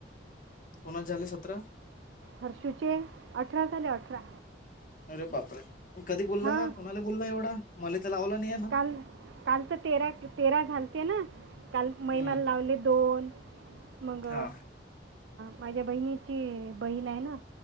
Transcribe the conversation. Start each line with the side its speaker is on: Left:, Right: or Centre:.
Left: कोणाचेः झाले सतरा
Right: हरषुचे अठरा झाले अठरा
Left: अरे बापरे कधी बोलला
Right: हां
Left: हा कुणाला बोलला एवढा मला तर लावला नाही ना
Right: काल तर तेरा तेरा झालते ना काल महिमाला
Left: हम्म
Right: लावले दोन मग
Left: हा
Right: माझ्या बहिणीची बहीण आहे ना